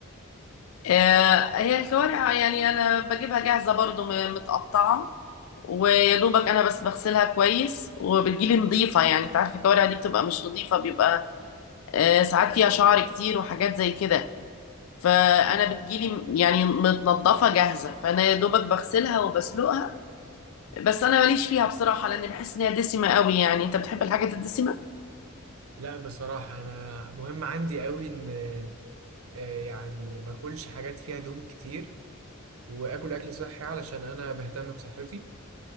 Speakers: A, on the left; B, on the right.
A: آه، هي الكوارع يعني انا بجيبها جاهزة برضو م- متقطعة ويا دوبك انا بس بغسلها كويس وبتجيلي نظيفة يعني انت عارفة الكوارع دي بتبقى مش نظيفة بيبقى آه، ساعات فيها شعر كتير وحاجات زي كده فانا بتجيلي يعني متنضفه جاهزه فانا يا دوبك بغسلها وبسلقها بس انا ماليش فيها بصراحه لان بحس ان هي دسمه قوي يعني انت بتحب الحاجات الدسمه
B: لا بصراحه انا مهم عندي قوي ان آه، يعني ما اكلش حاجات فيها دهون كتير واكل اكل صحي علشان انا بهتم بصحتي